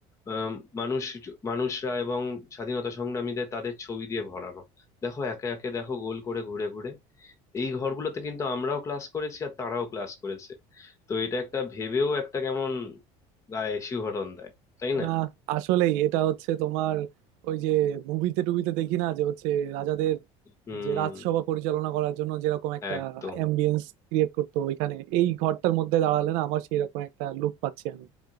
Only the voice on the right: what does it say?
না আসলেই এটা হচ্ছে তোমার ওই যে মুভিতে টুবিতে দেখি না যে হচ্ছে রাজাদের
যে রাজসভা পরিচালনা করার জন্য যেরকম একটা
অ্যাম্বিয়েন্স ক্রিয়েট করতো ওইখানে এই ঘরটার মধ্যে দাঁড়ালে না আমার সেই রকম একটা লুক পাচ্ছি আমি